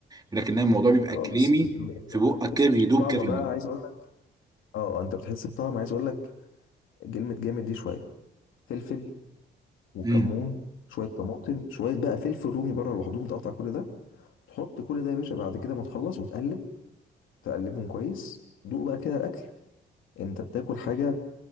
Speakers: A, on the right; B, on the left.
A: بيقول لك ان الموضوع بيبقى
B: خالص
A: كريمي
B: انت
A: في بقك
B: أنت بتحس
A: كده بيدوب
B: بالطعم
A: كده في
B: بقى
A: البق
B: عايز اقول لك اه انت بتحس بطعم عايز اقول لك كلمه جامد دي شويه فلفل وكمون
A: امم
B: شويه طماطم شويه بقى فلفل رومي بره لوحدهم تقطع كل ده تحط كل ده يا باشا بعد كده ما تخلص وتقلب تقلبهم كويس دوق بقى كده الاكل انت بتاكل حاجه